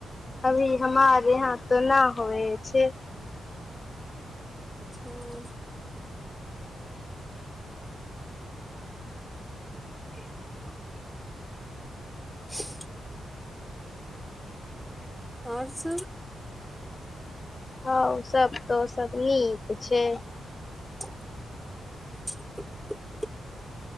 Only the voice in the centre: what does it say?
ह्म <unintelligible> आओर सब
<unintelligible>